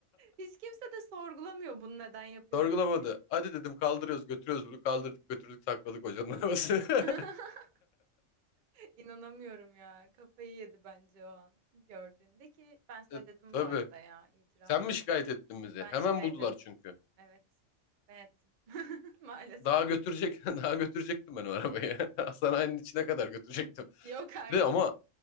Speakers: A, on the right; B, on the left.
A: Hiç kimse de sorgulamıyor bunu neden yapıyoruz
B: Sorgulamadı.
A: diye.
B: Hadi dedim kaldırıyoruz götürüyoruz bunu. Kaldırdık götürdük sakladık hocanın arabasını. <laughs>
A: <laughs> İnanamıyorum ya. Kafayı yedi bence o an gördüğünde ki ben söyledim
B: E, tabii.
A: bu arada ya itiraf.
B: Sen mi şikayet ettin bizi?
A: Ben
B: Hemen
A: şikayet
B: buldular
A: ettim.
B: çünkü.
A: Evet. Ben ettim. <laughs> Maalesef.
B: Daha götürecek, <laughs> daha götürecektim ben o arabayı. <laughs> Hastanenin içine kadar götürecektim.
A: Yok artık.
B: Bir de ama